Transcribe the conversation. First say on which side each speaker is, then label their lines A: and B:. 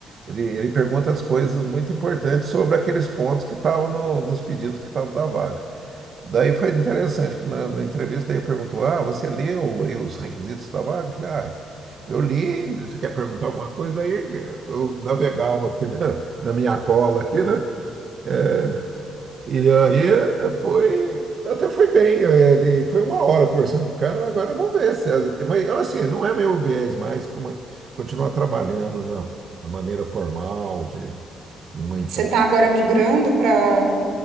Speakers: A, on the right (about 50°); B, on the right (about 80°).
A: Ele, ele pergunta as coisas muito importantes sobre aqueles pontos que estavam no- nos pedidos que estavam da vaga. Daí foi interessante que na, na entrevista ele perguntou: Ah, você leu aí os requisitos da vaga? Eu falei: Ah, eu li. Você quer perguntar alguma coisa? Daí eu navegava aqui na, na minha cola aqui, né? É, e aí foi, até foi bem. Ele foi uma hora conversando com o cara. Agora vamos ver se, mas olha assim, não é meu viés mais, como continuar trabalhando na, na maneira formal de em uma empresa.
B: Você está agora migrando para